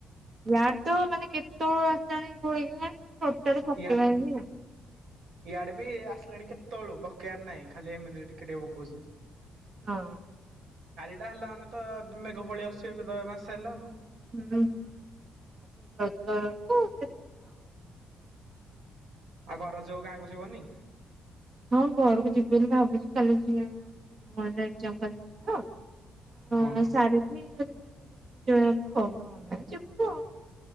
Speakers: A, on the right; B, on the right.
A: ୟାର ତ ମାନେ କେତେବେଳ କେଜାଣି କହିବି। ଟୋଟାଲି ପକେଇବାର
B: ୟା
A: ହିଁ ନାହିଁ।
B: ଇଆଡେ ବି ଆସିଲାଣି କେତେବେଳୁ ପକେଇବାର ନାହିଁ ଖାଲି ଏମିତି ଟିକେ ଟିକେ ପକଉଛି।
A: ହଁ
B: ଏଇଟା ହେଲା ମାନେ ତ ମେଘ ପଳେଇ ଆସୁଛି ଏବେ ତ ମାସେ ହେଲା ଆଉ।
A: ହୁଁ ହୁଁ ତାପରେ ରଜ ତ ସେଥିରେ ଆଉ
B: ଆଉ ଯୋଉ ରଜକୁ ଗାଁକୁ ଯିବନି?
A: ହଁ ଘରକୁ ଯିବି ବୋଲି ଭାବୁଛି କାଲି ଯିବା ଭଉଣୀର ଏକଜାମ୍ କାଲି ଅଛି ତ ହଁ
B: ଓହୋ
A: ସାରିକି ଯିବୁ ଆଉ।